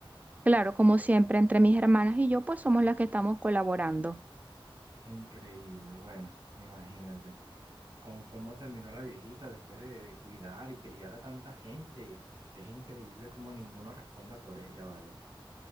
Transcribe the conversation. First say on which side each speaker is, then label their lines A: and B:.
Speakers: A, on the right; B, on the right.
A: claro, como siempre, entre mis hermanas y yo, pues somos las que estamos colaborando.
B: Increíble, bueno, imagínate. cómo, cómo terminó la viejita después de, de cuidar y criar a tanta gente. Es increíble cómo ninguno responda por ella, ¿vale?